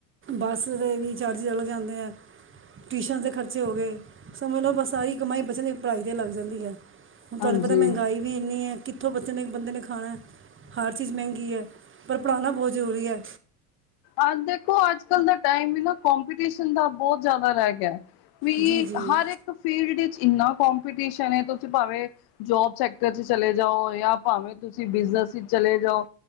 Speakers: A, on the right (about 25°); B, on the left (about 55°).
A: ਬੱਸ ਦੇ ਵੀ ਚਾਰਜ ਅਲੱਗ ਜਾਂਦੇ ਆ। ਟਿਊਸ਼ਨ ਦੇ ਖਰਚੇ ਹੋ ਗੇ, ਸਮਝ ਲੋ ਬਸ ਸਾਰੀ ਕਮਾਈ ਬੱਚਿਆਂ ਦੀ ਪੜ੍ਹਾਈ 'ਤੇ ਲੱਗ ਜਾਂਦੀ ਐ। ਹੁਣ ਤੁਆਨੂੰ
B: ਹਾਂਜੀ
A: ਪਤਾ ਮੈਗਾਈ ਵੀ ਏਨੀ ਐ, ਕਿੱਥੋਂ ਬੱਚੇ ਨੇ ਇਕ ਬੰਦੇ ਨੇ ਖਾਣਾ। ਹਰ ਚੀਜ਼ ਮੈਗੀ ਏ, ਪਰ ਪੜ੍ਹਾਣਾ ਬੋਤ ਜ਼ਰੂਰੀ ਐ।
B: ਆ ਦੇਖੋ, ਅੱਜ ਕੱਲ ਦਾ ਟਾਈਮ ਵੀ ਨਾ ਕੰਪਟੀਸ਼ਨ ਦਾ ਬੋਤ ਜ਼ਾਦਾ ਰੈ ਗਿਆ। ਵੀ
A: ਜੀ ਜੀ
B: ਹਰ ਇੱਕ ਫੀਲਡ ਵਿੱਚ ਏਨਾ ਕੰਪਟੀਸ਼ਨ ਏ, ਤੁਸੀਂ ਭਾਵੇਂ ਜੋਬ ਸੈਕਟਰ 'ਚ ਚਲੇ ਜਾਓ। ਯਾ ਭਾਵੇਂ ਤੁਸੀਂ ਬਿਜਨਸ 'ਚ ਚਲੇ ਜਾਓ,